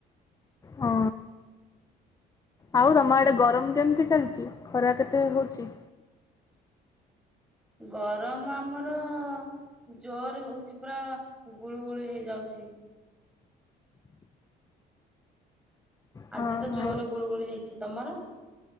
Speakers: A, on the left; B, in the centre.
A: ହଁ। ଆଉ
B: ହୁଁ
A: ତମ ଆଡେ ଗରମ କେମିତି ଚାଲିଛି? ଖରା କେତେ ହେଉଛି?
B: ଗରମ ଆମର ଜୋର ହେଉଛି ପୁରା ଗୁଳୁ ଗୁଳୁ ହେଇଯାଉଛି।
A: ହଁ
B: ଆଜି ତ
A: ହଁ
B: ଜୋରରେ ଗୁଳୁଗୁଳି ହେଇଛି। ତମର?